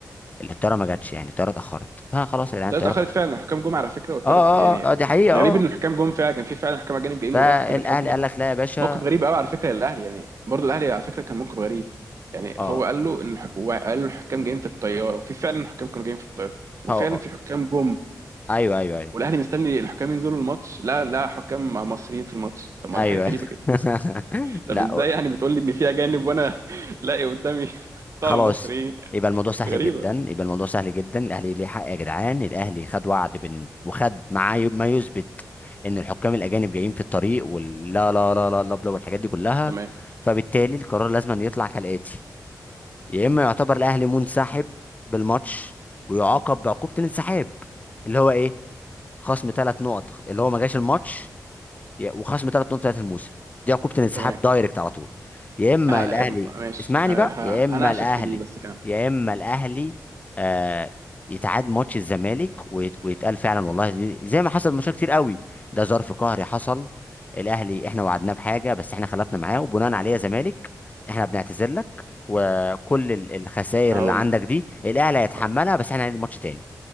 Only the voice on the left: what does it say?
الطياره ما جاتش يعني الطياره اتاخرت فخلاص يا جدعان
الطياره
اتاخرت
اه اه
اه آه، دي حقيقه
اه
فالاهلي
قال لك لا يا باشا
اه
اه آه.
ايوه ايوه ايوه
ايوه
<laughs>
لا
خلاص
يبقى الموضوع سهل
جدا يبقى الموضوع سهل جدا الاهلي ليه حق يا جدعان الاهلي خد وعد بن... وخد معاه ي- ما يثبت ان الحكام الاجانب جايين في الطريق واللا لا لا لا لا بلا والحاجات دي كلها
فبالتالي القرار لازم أن يطلع كالاتي يا اما يعتبر الاهلي منسحب بالماتش ويعاقب بعقوبه الانسحاب اللي هو ايه خصم ثلاث نقط اللي هو ما جاش الماتش يا- وخصم ثلاث نقط بتاعت الموسم دي عقوبة الانسحاب
دايركت على طول يا اما
الاهلي
اسمعني
بقى
يا اما
الاهلي
يا اما الاهلي آه يتعاد ماتش الزمالك ويت- ويتقال فعلا والله دي- زي ما حصل ماتشات كتير قوي ده ظرف قهري حصل الاهلي احنا وعدناه بحاجه بس احنا خلفنا معاه وبناء عليه يا زمالك احنا بنعتذر لك وكل ال- الخسائر
اللي عندك
دي الاهلي هيتحملها
بس احنا هنعيد الماتش تاني